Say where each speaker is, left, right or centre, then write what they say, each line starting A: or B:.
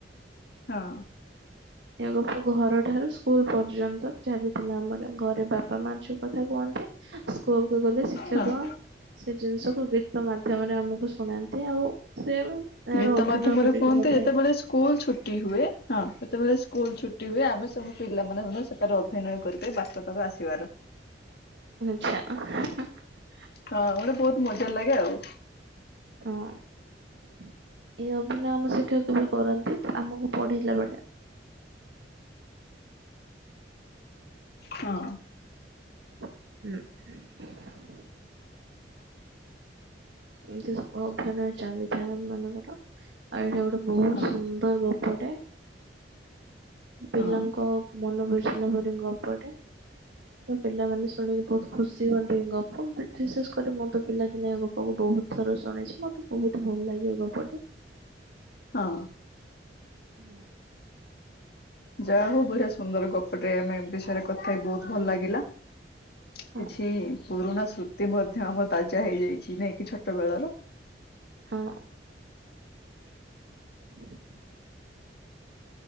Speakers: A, on the left; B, on the right.
A: ହଁ।
B: ଏପ ଘର ଠାରୁ ସ୍କୁଲ ପର୍ଯ୍ୟନ୍ତ ଚାଲିଥିଲା ଆମର ଘରେ ବାପା ମା ଛୁ କଥା କୁହନ୍ତି ସ୍କୁଲ ଗଲେ ଶିକ୍ଷକ
A: ହଁ।
B: ସେ ଜିନିଷକୁୁ ଗୀତ ମାଧ୍ୟମରେ ଆମକୁ ଶୁଣାନ୍ତି ଆଉ ସେ ଏହାର
A: ଗୀତ
B: ଅଭିନୟ
A: ମାଧ୍ୟମରେ
B: କରିକି
A: କୁହନ୍ତି
B: ମଧ୍ୟ
A: ଯେତେବେଳେ
B: ଆଚ୍ଛା
A: ସ୍କୁଲ ଛୁଟି ହୁଏ ହଁ। ଯେତେବେଳେ ସ୍କୁଲ ଛୁଟି ହୁଏ ଆମେ ସମସ୍ତେ ପିଲାମାନୋନ ମଧ୍ୟ ସେଠାରେ ଅଭିନୟ କରିିକ ବାସ ତାକୁ ଆସିବାର
B: ଆଛା।
A: ହଁ ହଟେ ବହୁତ ମଜ ଦେର ଲାଗେ ଆଉ।
B: ହଁ ଏଇ ଅଭିନ ଆମ ଶିକ୍ଷକ ବି କରନ୍ତି ଆମକୁ ପଢେଇଲା ବେଳେ
A: ହଁ
B: ହୁଁ। ଏତିବୁ ଅଭନୟ ଚାଲିଥାଏ ଆମମାନଙ୍କର ଆଉ ଏଇଟା ଗୋଟେ ବହୁତ
A: ହଁ
B: ସୁନ୍ଦର ଗପଟେ। ପିଲାଙ୍କ
A: ହଁ।
B: ମନ ବୁସିଲା ପରି ଗପଟେ ତ ପିଲାମାନୋନ ଶୁଣିକି ବହୁତ ଖୁସି ହୁଅନ୍ତି ଏ ଗପ ବିଶେଷ କରି ମୁଁ ତ ପିଲାଦିନେ ଗ ମୂଁ ବହୁତ ଥର ଶୁଣିଛି ମତେ ବହୁତ ଭଲ ଲାଗେ ଏ ଗପଟି
A: ହଁ
B: ହଁ।
A: ଯାହା ହଉ ବଢିଆ ସୁନ୍ଦର ଗପଟେ ଆମେ ବିଷୟରେ କଥା ହେ ବହୁତ ଭଲ ଲାଗିଲା।
B: ହଁ
A: କିଛି ପୁରୁଣା ସୃ ସୃତି ମଧ୍ୟ ଆମ ତାଜା ହେଇଯାଇଛି ନାଇଁ କି ଛୋଟ ବେଳର
B: ହଁ। <inaudible>